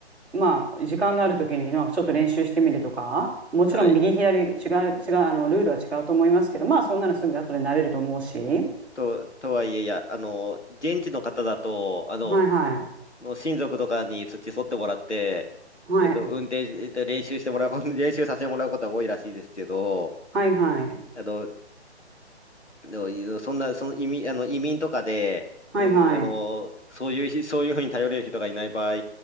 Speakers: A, in the centre; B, on the left.
A: まあ時間のある時になんかちょっと練習してみるとか、もちろん右左違う、
B: はい。
A: 違う、あのルールは違うと思いますけど、まあそんなのすぐ後で慣れると思うし、
B: と、とはいえ、いや、あの、現地の方だと、あの、
A: はいはい、
B: の親族とかに付き添ってもらって、
A: はい、
B: えっと、運転し、えっと、練習してもらうこと、練習させてもらうことは多いらしいですけど、
A: はいはい、
B: あの、のそんな、その移民、あの移民とかで、
A: はいはい、
B: うん、あの、そういうひ、<laughs> そういうふうに頼れる人がいない場合、